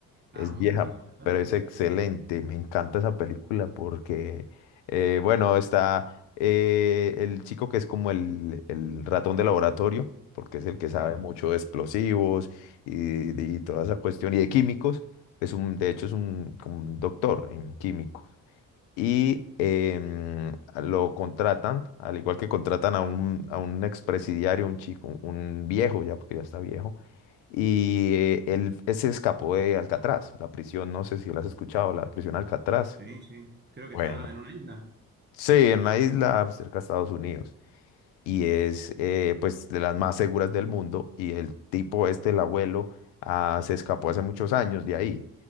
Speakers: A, on the right; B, on the left.
A: Ah,
B: Es
A: muy
B: vieja,
A: viejo, bastante.
B: pero es excelente. Me encanta esa película porque, eh, bueno, está eh, el chico que es como el, el ratón de laboratorio, porque es el que sabe
A: Sí.
B: mucho de explosivos y, y toda esa cuestión, y de químicos. Es un, de hecho, es un, como un doctor en químicos y em, lo contratan, al igual que contratan a un, a un expresidiario, un chico, un viejo ya, porque ya está viejo, y eh, él se escapó de Alcatraz, la prisión, no sé si lo has escuchado, la prisión Alcatraz.
A: Sí, sí. Creo que
B: Bueno,
A: está en una isla.
B: Sí, en la isla cerca de Estados Unidos y es eh, pues de las más seguras del mundo y el tipo este, el abuelo, ah, se escapó hace muchos años de ahí